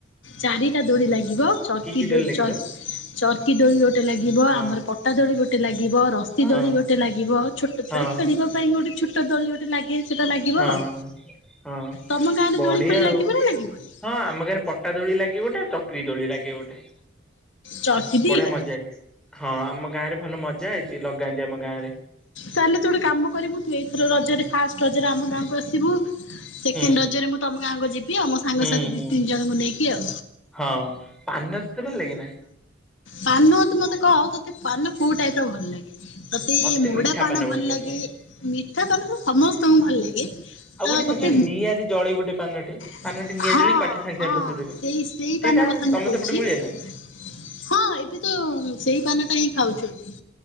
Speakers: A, on the left (about 80°); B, in the centre.
A: ଚାରିଟା ଦୋଳି ଲାଗିବ। ଚର୍କି
B: କି କି ଦୋଳି
A: ଦୋ
B: ଲାଗିବ
A: ଚର୍କ ଚର୍କି ଦୋଳି ଗୋଟେ ଲାଗିବ,
B: ହଁ
A: ଆମର ପଟା ଦୋଳି ଗୋଟେ ଲାଗିବ, ରସି
B: ହଁ
A: ଦୋଳି ଗୋଟେ ଲାଗିବ। ଛୋଟ
B: ହଁ
A: ଛୁଆ ଖେଳିବା ପାଇଁ ଗୋଟେ ଛୋଟ ଦୋଳି ଗୋଟେ ଲାଗେ। ସେଇଟା ଲାଗିବ
B: ହଁ।
A: ଆଉ,
B: ହଁ
A: ତମ ଗାଁରେ
B: ବଢିଆ
A: ଦୋଳି ଫୋଳି
B: ଆଉ
A: ଲାଗିବ ନା ଲାଗିବନି?
B: ହଁ, ଆମ ଗାଁରେ ପଟା ଦୋଳି ଲାଗେ ଗୋଟେ। ଚକ୍ରି ଦୋଳି ଲାଗେ ଗୋଟେ।
A: ଚର୍କି ଦିଟା
B: ବଢିଆ ମଜା ହଏ, ହଁ ଆମ ଗାଁ ରେ ଭଲ ମଜା ହଏ ଯେ, ଲଗାନ୍ତି ଆମ ଗାଁ ରେ।
A: ତାହେଲେ ତୁ ଗୋଟେ କାମ କରିବୁ କି ତୁ! ଏଇଥର ରଜରେ ଫାଷ୍ଟ ରଜରେ ଆମ ଗାଁକୁ ଆସିବୁ। ସେକେଣ୍ଡ
B: ହୁଁ।
A: ରଜରେ ମୁଁ ତମ ଗାଁକୁ ଯିବି, ଆଉ ମୋ ସାଙ୍ଗସାଥି
B: ହୁଁ ହୁଁ
A: ଦି ତିନି ଜଣଙ୍କୁ ନେଇକି ଆଉ।
B: ହଁ, ପାନ ତତେ ଭଲ ଲାଗେ ନା?
A: ପାନ ତୁ ମତେ କହ, ତୋତେ ପାନ କୋଉ ଟାଇପ୍ ର ଭଲ ଲାଗେ? ତତେ
B: ମତେ
A: ମୋଡା
B: ମିଠା
A: ପାନ
B: ବହୁତ
A: ଭଲ ଲାଗେ,
B: ପସନ୍ଦ।
A: ମିଠା ପାନ ତ ସମସ୍ତଙ୍କୁ ଭଲ ଲାଗେ।
B: ଆଉ
A: ତ
B: ଗୋଟେ <unintelligible>
A: ତତେ
B: ନିଆଁରେ ଜଳେ ଗୋଟେ ପାନଟେ?
A: ହଁ,
B: ପାନଟି ନିଆଁ ଜଳିକି ପାଟିରେ ସାଙ୍ଗେ
A: ହଁ,
B: ସାଙ୍ଗେ ପସେଇଦେବେ
A: ସେଇ ସେଇ
B: ସେଇଟା
A: ପାନ କଥା
B: ତମ
A: ମୁଁ କହୁଛି।
B: ସେପଟେ ମିଳେ
A: ହଁ,
B: ନା
A: ଏବେ ତ ସେଇ ପାନ ଟା ହିଁ ଖାଉଛନ୍ତି।